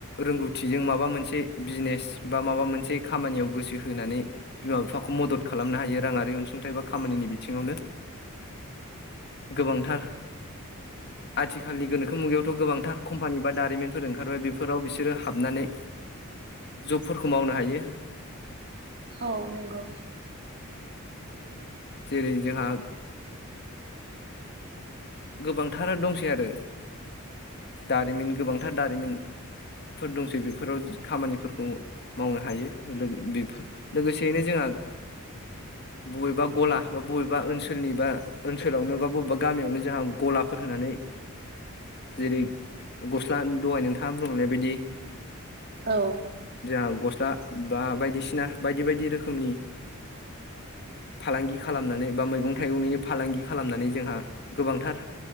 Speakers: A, on the left; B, on the right.
A: रोंगौथिजों माबा मोनसे बिजनेस, बा माबा मोनसे खामानियाव ग गोसो होनानै बिमा बिफाखौ मदद खालामनो हायो, राङारि अनसुंथाइ बा खामानिनि बिथिङावनो गोबांथार आथिखालनि गोनोखो मुगायावथ' गोबांथार कम्पानि बा दारिमिनफोर ओंखारबाय बेफोराव बिसोरो हाबनानै। जबफोरखौ मावनो हायो।
B: औ नंगौ
A: जेरै जोंहा गोबांथार दंसै, आरो दारिमिन गोबांथार दारिमिन फोर दंसै बेफोराव खामानिफोरखौ मावनो हायो, बेफोर लोगोसेयैनो जोंहा थां बबेबा गला बा बबेबा ओनसोलनि बा ओनसोलावनो बा बबेबा गामियावनो जोंहा गलाफोर होनानै जेरै गस्ला दहाय नोंथाङा बुंनाय बायदि
B: औ
A: जोंहा गस्ला बा बायदिसिना बायदि बायदि रोखोमनि। फालांगि खालामनानै बा मैगं थाइगंनिनो फालांगि खालामनानै जोंहा गोबांथार